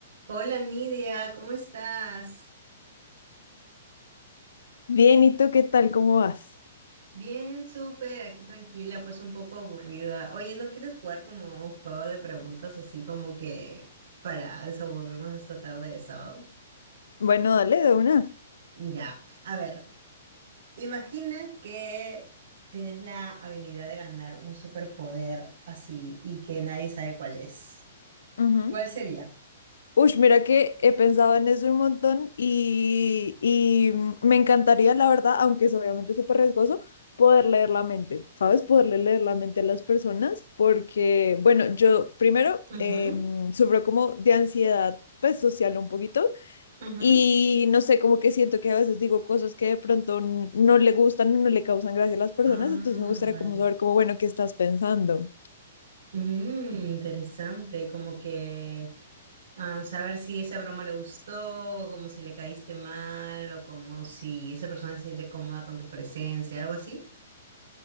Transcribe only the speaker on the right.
Hola Nidia, ¿cómo estás?
Bien, súper, aquí tranquila, pues un poco aburrida. Oye, ¿no quieres jugar como a un juego de preguntas así como que para desaburrirnos esta tarde de sábado?
Ya, a ver, imagina que tienes la habilidad de ganar un superpoder así y que nadie sabe cuál es.
¿Cuál sería?
Ujú,
ujú.
Ah,
vale.
Mm, interesante, como que... am, saber si esa broma le gustó, como si le caíste mal, o como si esa persona se siente cómoda con tu presencia, algo así.